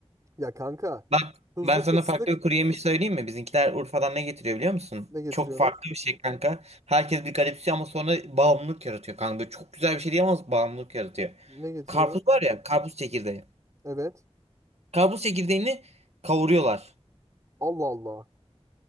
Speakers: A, on the right; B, on the right.
A: Ya kanka
B: Bak
A: tuzlu
B: ben sana
A: fıstık
B: farklı bir kuru yemiş söyleyeyim mi? Bizimkiler Urfa'dan ne getiriyor biliyor musun?
A: ne getiriyorlar?
B: Çok farklı bir şey kanka. Herkes bir garipsiyor ama sonra bağımlılık yaratıyor kanka. Böyle çok güzel bir şey değil ama bağımlılık yaratıyor.
A: Ne getiriyorlar?
B: Karpuz var ya karpuz çekirdeği.
A: Evet.
B: Karpuz çekirdeğini kavuruyorlar.
A: Allah Allah.